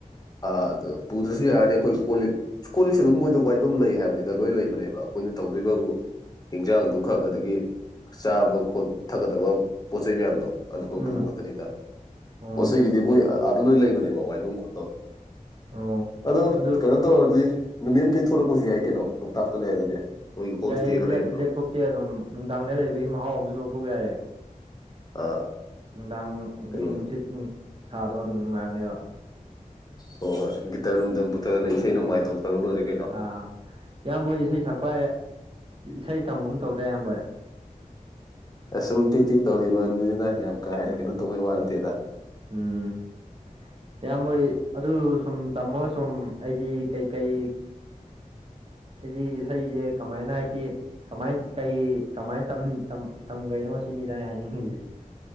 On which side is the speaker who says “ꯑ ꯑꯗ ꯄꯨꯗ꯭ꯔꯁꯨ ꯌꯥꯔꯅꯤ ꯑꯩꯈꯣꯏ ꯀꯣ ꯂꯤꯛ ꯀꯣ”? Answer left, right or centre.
Left